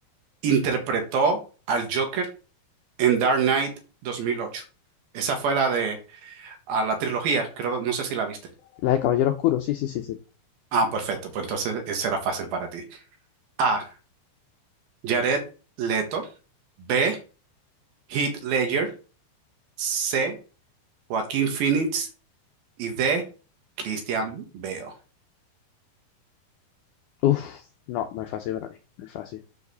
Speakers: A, on the right; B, on the left.
A: interpretó al Joker en Dark Knight 2008? Esa fue la de a la trilogía, creo, no sé si la viste.
B: La de Caballero Oscuro, sí, sí, sí, sí.
A: Ah, perfecto, pues entonces esa era fácil para ti. A. Jared Leto. B. Heath Ledger. C. Joaquín Phoenix. Y D. Christian Bale.
B: Uf, no, no es fácil para mí, no es fácil.